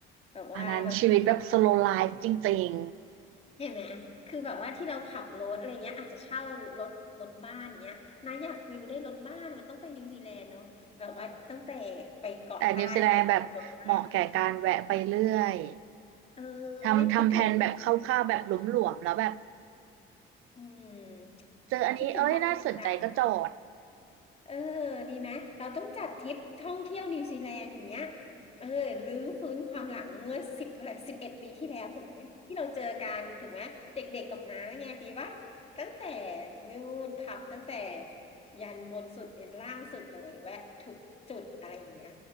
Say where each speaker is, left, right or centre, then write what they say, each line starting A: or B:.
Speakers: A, on the left; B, on the right.
A: แบบว่าแบบขับรถ
B: อันนั้นชีวิตแบบ s l o w l i f e จริง
A: เห็นไหม คือแบบว่าที่เราขับรถอะไรเงี้ยอาจจะเช่ารถรถบ้านเงี้ยนะอยากฟิลได้รถบ้านมันต้องไปนิวซีแลนด์เนาะแบบว่าตั้งแต่ไปเกาะใต้ตั้งแต่บุรีรัมย์
B: ๆแต่นิวซีแลนด์แบบเหมาะแก่การแวะไปเรื่อย
A: เออ
B: ทำทำแผนแบบคร่าวๆแบบหลวมๆแล้วแบบ
A: เนี่ยคิดถึงอืมคิดถึงความทรงจำ
B: เจออันนี้เอ้ยน่าสนใจก็จอด
A: เออดีไหมเราต้องจัดทริปท่องเที่ยวนิวซีแลนด์อย่างเงี้ยเออรื้อฟื้นความหลังเมื่อสิบเท่าไหร่สิบเอ็ดปีที่แล้วถูกไหมที่เราเจอกันถูกไหมเด็กๆกับน้าไงดีว่าตั้งแต่นู่นขับตั้งแต่ยันบนสุดยันล่างสุดเลยแวะทุกจุดอะไรอย่างเงี้ย